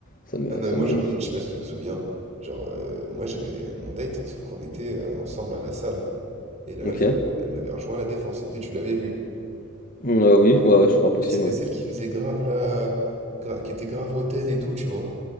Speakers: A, on the left (about 45°); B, on the right (about 35°).
A: Ça me,
B: Ah non
A: ça
B: mais moi
A: me
B: j'en
A: gêne.
B: ai une, je sais pas si tu te souviens. Genre euh, moi j'avais euh, mon date, et- sauf qu'on était euh, ensemble à la salle. Et la
A: Ok.
B: meuf, euh, elle m'avait rejoint à la défense, c'était tu l'avais vue.
A: Euh, oui, ouais, ouais, je crois possible,
B: Et c'était
A: oui.
B: celle qui faisait grave la... gra- qui était grave hautaine et tout, tu vois.